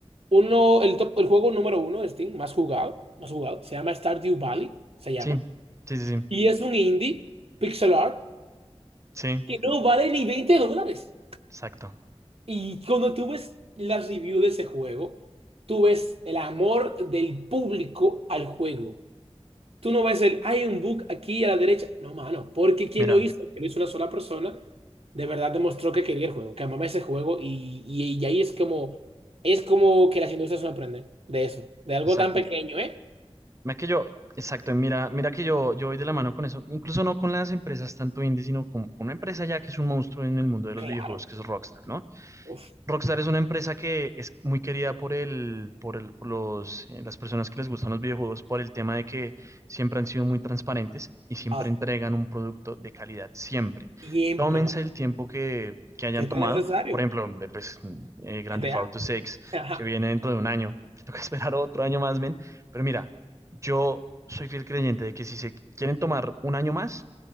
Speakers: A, on the right; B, on the right.
A: Uno, el top- el juego número uno de Steam, más jugado, más jugado, se llama Stardew Valley, se llama.
B: Sí, sí, sí, sí.
A: Y es un indie, pixel art,
B: Sí,
A: que no vale ni 20 dólares.
B: exacto.
A: Y cuando tú ves las reviews de ese juego, tú ves el amor del público al juego. Tú no ves el, hay un bug aquí a la derecha. No, mano, porque quien
B: Mira,
A: lo hizo, que lo hizo una sola persona, de verdad demostró que quería el juego, que amaba ese juego. Y, y, y ahí es como, es como que las industrias no aprenden de eso, de algo
B: exacto.
A: tan pequeño, ¿eh?
B: Mira que yo, exacto, mira, mira que yo, yo voy de la mano con eso, incluso no con las empresas tanto indie, sino con, con una empresa ya que es un monstruo en el mundo de
A: Claro,
B: los videojuegos, que es Rockstar, ¿no?
A: uf,
B: Rockstar es una empresa que es muy querida por el, por el, por los, eh, las personas que les gustan los videojuegos por el tema de que siempre han sido muy transparentes y siempre
A: hace
B: entregan un producto de calidad, siempre.
A: siempre,
B: Tómense
A: mano.
B: el tiempo que, que hayan
A: ¿Qué
B: tomado.
A: tan necesario?
B: Por ejemplo, de, pues, mm, eh, Grand
A: GTA,
B: Theft Auto 6,
A: <laughs> ajá,
B: que viene dentro de un año, que toca <laughs> esperar otro año más, men. Pero mira, yo soy fiel creyente de que si se quieren tomar un año más,